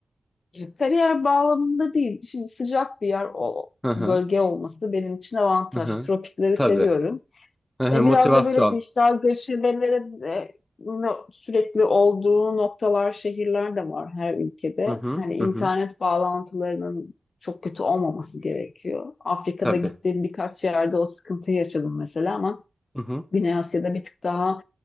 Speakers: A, on the left; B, on the left.
A: E, Kariyer bağlamında değil. Şimdi sıcak bir yer o
B: Hı hı,
A: bölge olması benim için avantaj.
B: hı hı.
A: Tropikleri
B: Tabii.
A: seviyorum.
B: Hı hı,
A: E,
B: motivasyon.
A: biraz da böyle dijital göçebelere de no- sürekli olduğu noktalar, şehirler de var her ülkede.
B: Hı hı,
A: Hani internet
B: hı hı.
A: bağlantılarının çok kötü olmaması gerekiyor. Afrika'da
B: Tabii.
A: gittiğim birkaç yerde o sıkıntıyı yaşadım mesela ama
B: Hı hı,
A: Güney Asya'da bir tık daha